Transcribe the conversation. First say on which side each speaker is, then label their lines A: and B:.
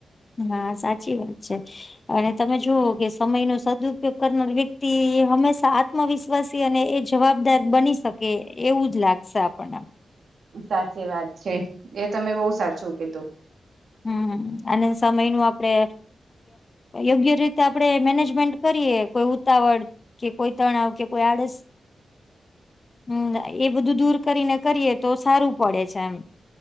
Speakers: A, on the left; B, on the right.
A: હા સાચી વાત છે. અને તમે જુઓ કે સમય નો સદઉપયોગ કરનાર વ્યક્તિ હંમેશા આત્મવિશ અને એ જવાબદાર બની શકે એવું જ લાગશે આપણને
B: સાચી વાત છે એ તમે બહુ સાચું કીધું
A: હમ હમ અને સમય નું આપડે યોગ્ય રીતે આપડે મેનેજમેન્ટ કરીએ કોઈ ઉતાવળ કે કોઈ તણાવ કે કોઈ આડસ હમ એ બધું દૂર કરીને કરીએ તો સારું પડે છે એમ